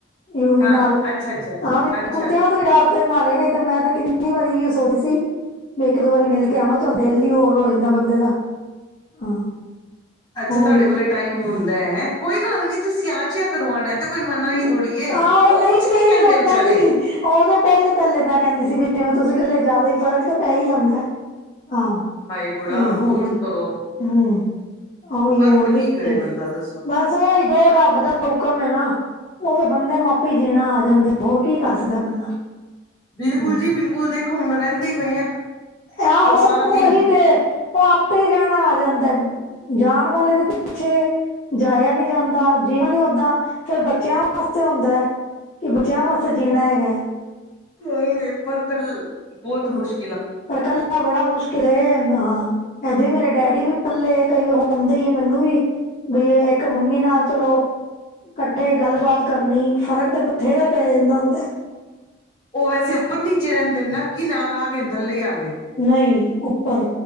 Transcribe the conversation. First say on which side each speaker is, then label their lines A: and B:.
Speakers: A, on the left (about 35°); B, on the left (about 20°).
A: ਯੂਵੀ
B: ਹਾਂ
A: ਨਾਲ
B: ਅੱਛਾ ਅੱਛਾ
A: ਤਾਂ ਵੀ
B: ਅੱਛਾ
A: ਕੁੱਤੇਆਂ ਤੋਂ ਈ ਡਰਦੇ ਮਾਰੇ ਨਈ ਤੇ ਮੈਂ ਤੇ ਕਿੰਨੀ ਵਾਰੀ ਅਇਓ ਸੋਚਦੀ ਸੀ। ਵੀ ਇੱਕ-ਦੋ ਵਾਰੀ ਮਿਲ ਕੇ ਆਵਾਂ ਚੱਲ ਦਿੱਲ ਈ ਹੋਰ ਹੋ ਜਾਂਦਾ ਬੰਦੇ ਦਾ, ਹਾਂ।
B: ਅੱਛਾ
A: ਉਹੀ
B: ਤੁਆਡੇ ਕੋਲੇ ਟਾਈਮ ਹੁੰਦੈ ਹੈਂ ਕੋਈ ਗੱਲ ਤੁਸੀਂ ਆ ਜਯਾ ਕਰੋ ਆਣੈ ਤੇ ਕੋਈ ਮਨਾ ਹੀ
A: ਹੂੰ
B: ਥੋੜੀਏ
A: ਹਾਂ ਓ
B: ਉਹ
A: ਨਈ-ਨਈ
B: ਕੁਛ ਨੀ ਕਹਿੰਦੇ
A: ਓਦਾਂ
B: ਵਿਚਾਰੇ
A: ਨੀ। ਓਦੋਂ ਪੈਲੇ ਪੈਲੇ ਮੈਂ ਕੈਂਦੀ ਸੀ ਵੀ ਜਿਵੇਂ ਤੁਸੀਂ ਕੱਲੇ ਜਾਦਾ ਈ ਫਰਕ ਤੇ ਪੈ ਈ ਜਾਂਦੈ, ਹਾਂ।
B: ਹਾਏ ਬੜਾ
A: ਤੇ ਹੁਨ
B: ਬੋਟ
A: ਤੇ,
B: ਤੋਂ
A: ਹੂੰ ਹਾਂ ਓਇਓ
B: ਪਰ
A: ਹੁਣ
B: ਕੀ
A: ਵੀ ਕਲੇ
B: ਕਰੇ ਬੰਦਾ ਦੱਸੋ
A: ਬਸ ਓਈ ਦੋ ਰੱਬ ਦਾ ਉਕਮ ਏ ਨਾ ਓ ਫੇਰ ਬੰਦੇ ਨੂੰ ਆਪੇ ਈ ਜੀਣਾ ਆ ਜਾਂਦੈ, ਹੋਰ ਕੀ ਕਰ ਸਕਦੈ ਬੰਦਾ।
B: ਬਿਲਕੁਲ
A: ਹਮ।
B: ਜੀ ਬਿਲਕੁਲ ਦੇਖੋ ਉਣ ਰੈਂਦੇ ਈ ਪੇ ਆਂ,
A: ਆਹੋ
B: ਔਰ ਸਾਰਾ
A: ਉਹੀ
B: ਦਿਨ।
A: ਤੇ ਓ ਆਪੇ ਈ ਰੈਣਾ ਆ ਜਾਂਦੈ, ਜਾਣ ਵਾਲੇ ਦੇ ਪਿੱਛੇ ਜਾਯਾ ਨੀ ਜਾਂਦਾ ਜੀਵਨ ਈ ਓਦਾਂ ਫੇਰ ਬੱਚੇਆਂ ਵਾਸਤੇ ਹੁੰਦਾ ਐ। ਕਿ ਬੱਚੇਆਂ ਵਾਸਤੇ ਜੀਣਾ ਹੈਗਾ ਐ।
B: ਓਈ ਪਰ ਕੱਲ ਬੋਤ ਮੁਸ਼
A: ਪਰ ਕੱਲਾ ਬੜਾ ਮੁਸ਼ਕਿਲ ਏ ਹਾਂ। ਐਦੇ ਮੇਰੇ ਡੈਡੀ ਵੀ ਕੱਲੇ ਕਈ ਵਾਰ ਹੋਂਦਾ ਈ ਐ ਮੈਨੂੰ ਵੀ ਵੀ ਇੱਕ ਮੰਮੀ ਨਾਲ ਚੱਲੋ ਕੱਠੇ ਗੱਲਬਾਤ ਕਰਨੀ ਫਰਕ ਤੇ ਬਥੇਰਾ ਪੈ ਜਾਂਦਾ ਹੁੰਦਾ ਐ।
B: ਓ ਵੈਸੇ ਉੱਪਰ ਨੀਚੇ ਰੈਂਦੇਨ ਨਾ ਕਿ ਨਾਲ ਆ ਗਏ ਥੱਲੇ ਈ ਆ ਗਏਨ?
A: ਨਈ ਉੱਪਰ,